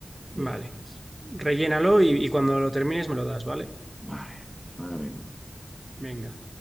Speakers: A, in the centre; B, on the right.
A: Y
B: Vale,
A: gracias.
B: rellénalo y, y cuando lo termines me lo das, ¿vale?
A: Vale, ahora vengo.
B: Venga.